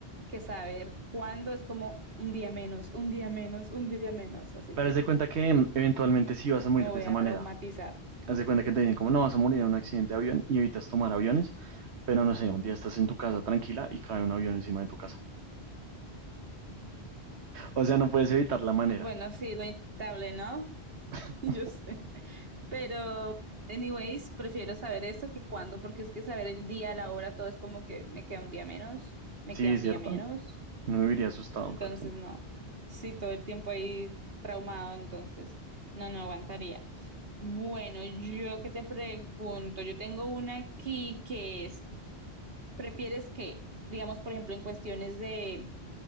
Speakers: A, on the right; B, on the right.
A: que saber cuándo es como un día menos, un día menos, un día menos. Así
B: Pero
A: que
B: haz de cuenta que mm, eventualmente sí vas a morir
A: me voy
B: de esa
A: a
B: manera.
A: traumatizar.
B: Haz de cuenta que te dicen como no vas a morir en un accidente de avión y evitas tomar aviones, pero no sé, un día estás en tu casa tranquila y cae un avión encima de tu casa. O sea, no puedes evitar la manera.
A: Bueno, sí, lo inevitable, ¿no?
B: <laughs>
A: <laughs> Yo sé. Pero, anyways, prefiero saber eso que cuándo, porque es que saber el día, la hora, todo es como que me queda un día menos, me
B: Sí,
A: queda un
B: cierto.
A: día menos.
B: No viviría asustado
A: Entonces,
B: todo el tiempo.
A: no. Sí, todo el tiempo ahí traumado, entonces, no, no aguantaría. Bueno, yo que te pregunto, yo tengo una aquí que es, ¿prefieres que, digamos, por ejemplo, en cuestiones de,